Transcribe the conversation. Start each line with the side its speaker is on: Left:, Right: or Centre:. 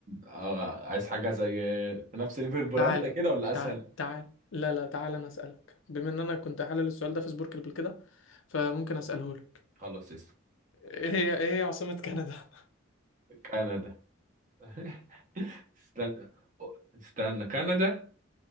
Right: آه، عايز حاجة زي في نفس ليفل بولندا
Left: تعال
Right: كده ولا أسهل؟
Left: تعال تعال لا لا تعال انا اسالك بما ان انا كنت حلل السؤال ده في سبورك قبل كده فممكن اساله لك
Right: خلاص اسم
Left: ايه هي ايه هي عاصمة كندا <laughs>
Right: كندا <laughs> استنى استنى كندا